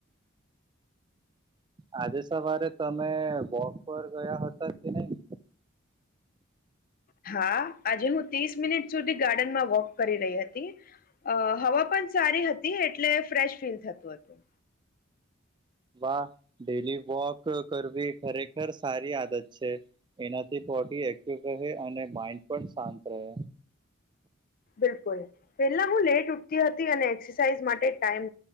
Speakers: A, on the right (about 25°); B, on the left (about 45°).
A: આજે સવારે તમે વોક પર ગયા હતા કે નહી.
B: હા આજે હું ત્રીસ મિનિટ સુધી ગાર્ડનમાં વોક કરી રહી હતી અ હવા પણ સારી. હતી એટલે ફ્રેશ ફીલ થતું હતું.
A: વાહ ડેલી વોક કરવી ખરેખર સારી આદત છે એનાથી પણ. બોડી એક્ટિવ રહે અને માઇન્ડ પણ શાંત રહે.
B: બિલકુલ પેલા હું લેટ ઉઠતી હતી અને એક્સરસાઇઝ માટે ટાઈમ